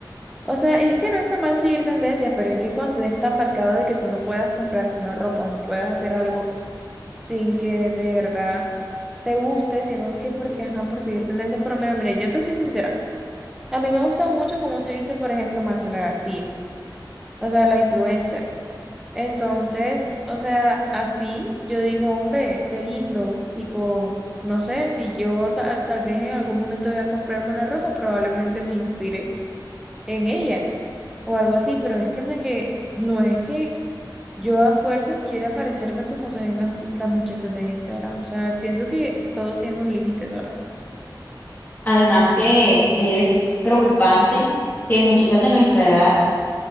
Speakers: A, in the centre; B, on the left.
A: o sea, es que no está mal seguir tendencias, pero es que cuando es tan marcado de que tú no puedas comprarte una ropa o no puedas hacer algo sin que de verdad te guste, sino que porque, ajá, por seguir tendencias, por lo menos, mira, yo te soy sincera, a mí me gusta mucho como tú viste, por ejemplo, Marcela García, o sea, la influencer. Entonces, o sea, así yo digo, hombre, qué lindo. Tipo, no sé, si yo ta- tal vez en algún momento voy a comprarme una ropa, probablemente me inspire en ella o algo así, pero es que me que no es que yo a fuerzas quiera parecerme como se ven las, ti- las muchachas de Instagram. O sea, siento que todo tiene un límite, ¿sabes?
B: Además que es preocupante que muchachas de nuestra edad